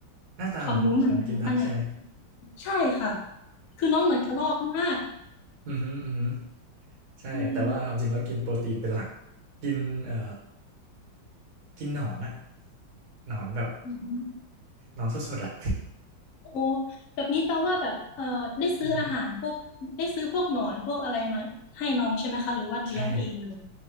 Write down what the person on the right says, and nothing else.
หน้าตาเหมือนเหมือนกินผักใช่ไหม
อือฮึอือฮึใช่
แต่ว่าความจริงแล้วกินโปรตีนเป็นหลัก กินเอ่อกินหนอนอะหนอนแบบ
หนอนสดๆอะ
อือฮึใช่